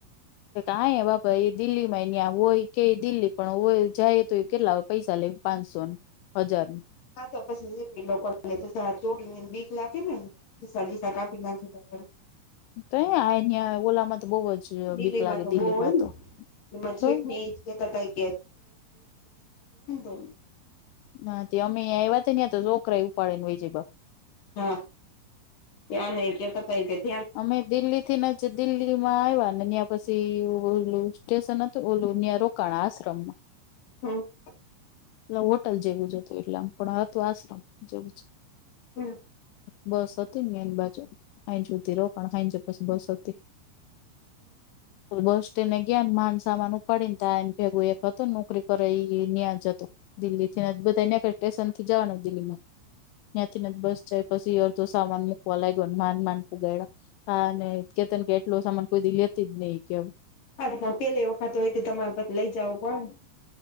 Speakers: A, on the left; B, on the left.
A: આ બાપા એ દિલ્હીમાંં હોય કે દિલ્હી પણ હોય જાય તો એ કેટલા પૈસા લે. પાંચસોને હજાર.
B: <unintelligible> <unintelligible>
A: તો આહં ઓલામાં તો બહુ જ.
B: દિલ્હીમાં
A: બીક લાગે
B: તો
A: દિલ્હીમાં
B: બહ હોય
A: તો
B: ને
A: તો
B: એમાંજક. <unintelligible>
A: ના અમેં એ તો છોકરા ઉપાડે ને વ જય બાપ.
B: હા ત્યા ન કે ક થઈ.
A: અમે દિલ્હી થી ન. પછે દિલ્હી માં આવ્યા ને ત્યાં પછી ઓલું સ્ટેશન હતું ઓલું રોકાણ આશ્રમમાં
B: હમ્મ.
A: એ હોટલ જેવું જ હતું એટલે આમ પણ હતું આશ્રમ જેવું જ.
B: હમ્મ.
A: બસ હતી ને એની બાજુ આ જુદી રોકા ખાઈ પછી બસ હતી.
B: <inaudible>
A: બસને ગયા ને માનસામાન ઉપાડી નેાય એને ભેગું એક હતુંને નોકરી. પર એ ન્યા જતો દિલ્હી થી બધાં સ્ટેશન થી જવાનું દિલ્હીમાં. ત્યાંથીને બસ જાય પછી અડધો સામાન મૂકવા લાગ્યો ને માન માન ફગાલા. હા કેતન કે એટલો સામાન કોઈ લેતી જ નહી કે
B: હા તો પણ પેલી વખત હોય તો તમારે પછી લઈ જાવું પડે.